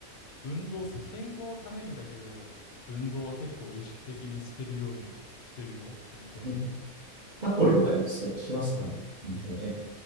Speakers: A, on the left; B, on the right.
A: 運動、そう、健康のためにだけど、運動は結構意識的にしてるようにしてるよ、本当に。
B: うん。タコリとかでもすごい効きますからね。本当ね。